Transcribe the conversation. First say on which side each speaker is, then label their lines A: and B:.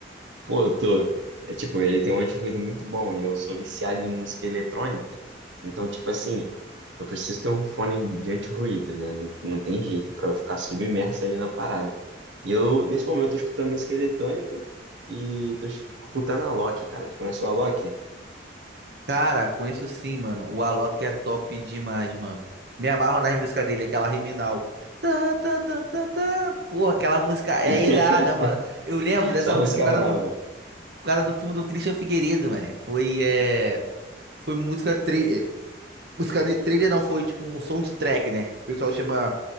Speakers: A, on the right; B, on the right.
A: Pô, eu tô. É, tipo, ele tem um anti-ruído muito bom e eu sou viciado em música eletrônica. Então, tipo assim, eu preciso ter um fone de anti-ruído, né? Não, não tem jeito é pra eu ficar submerso ali na parada. E eu, nesse momento, eu tô escutando música eletrônica e tô escutando a Loki, cara. Tu conhece o Alok?
B: Cara, conheço sim, mano. O Alok é top demais, mano. Me amarro nas músicas dele, aquela Riminal. Tá, tá, tá, tá, tá. Porra, aquela música é
A: <laughs>
B: irada, mano. Eu lembro dessa
A: Essa música
B: música por
A: é
B: causa
A: brava.
B: do causa do filme do Christian Figueiredo, mano, Foi, é... foi música, tra- é, música de- trailer, não, foi tipo um soundtrack, né? O pessoal chama